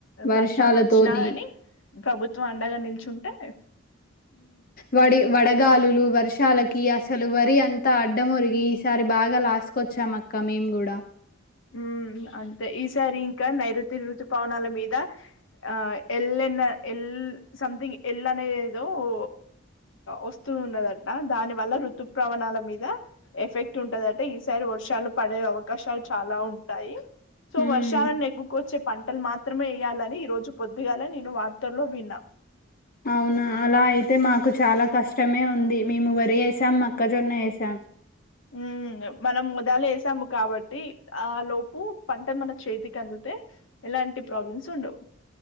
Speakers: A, on the left (about 45°); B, on the left (about 65°).
A: వర్షాలతోని
B: నష్టాలు వచ్చినాగని ప్రభుత్వం అండగా నిల్చుంటే అ
A: వడి వడగాలులు వర్షాలకి అసలు వరి అంతా అడ్డమురిగి ఈసారి బాగా క్లాస్ కి వచ్చాము అక్క మేము కూడా
B: ఉ అంతే ఈసారి ఇంకా నైరుతి ఋతు పవనాల మీద ఆ ఎల్ ఎల్ సమ్థింగ్ ఎలనేదేదో ఉ వస్తు ఉన్నదట దాని వల్ల రఋతు ప్రవణాల మీద ఎఫెక్ట్ ఉంటదట ఈసారి వర్షాలు పడే అవకాశాలు చాలా ఉంటాయి సో
A: హ్మ్.
B: వర్షాలను నెగుకోచే పంట మాత్రమే వేయాలని ఈ రోజు పొద్దుగాల నేను వార్తల్లో విన్నా
A: అవునా అలా అయితే మాకు చాలా కష్టమే ఉంది మేము వరి వేసాం మక్కజొన్న వేసాం
B: ఉ మనం ఉదాల వేసాము కాబట్టి ఆ లోపు పంట మన చేతికి అందితే ఎలాంటి ప్రాబ్లమ్స్ ఉండవు